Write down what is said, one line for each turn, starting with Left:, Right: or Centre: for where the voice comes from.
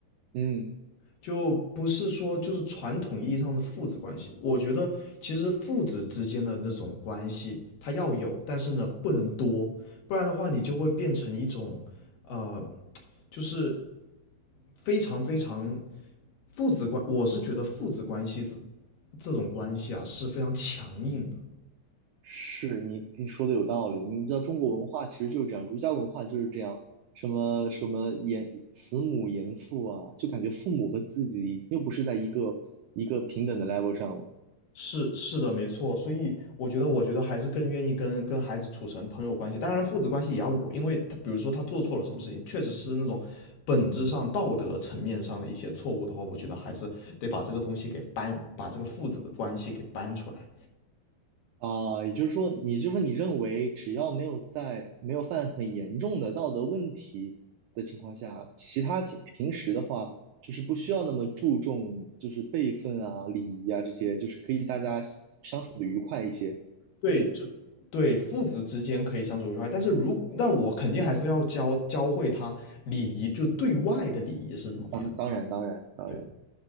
Right: 嗯
Left: 就不是说就是传统意义上的父子关系。我觉得其实父子之间的那种关系，它要有，但是呢不能多，不然的话你就会变成一种，呃，就是非常非常父子关，我是觉得父子关系这这种关系啊是非常强硬的。
Right: 是你你说的有道理，你知道中国文化其实就是这样，儒家文化就是这样，什么什么严慈母严父啊，就感觉父母和自己已经又不是在一个一个平等的 level 上了
Left: 是是的，没错，所以我觉得，我觉得还是更愿意跟跟孩子处成朋友关系。当然，父子关系也要有，因为他比如说他做错了什么事情，确实是那种本质上道德层面上的一些错误的话，我觉得还是得把这个东西给搬，把这个父子的关系给搬出来。
Right: 啊、也就是说，也就是说，你认为只要没有在没有犯很严重的道德问题的情况下，其他情平时的话就是不需要那么注重就是辈分啊、礼仪啊这些，就是可以大家相处的愉快一些。
Left: 对，就对父子之间可以相处愉快，但是如那我肯定还是要教教会他礼仪，就对外的礼仪是怎么个样子。
Right: 嗯，当然，当然，当然。
Left: 对的，